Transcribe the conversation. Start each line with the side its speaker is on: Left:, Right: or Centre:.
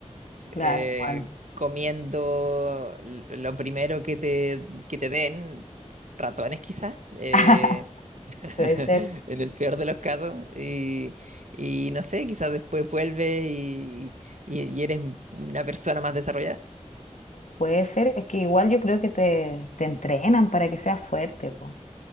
Left: Claro,
Right: eh,
Left: igual.
Right: comiendo l- lo primero que te, que te den, ratones quizás, eh,
Left: <laughs>
Right: <laughs>
Left: Puede ser,
Right: en el peor de los casos, y, y no sé, quizás después vuelves y, y- y eres una persona más desarrollada.
Left: puede ser. Es que igual yo creo que te, te entrenan para que seas fuerte, po.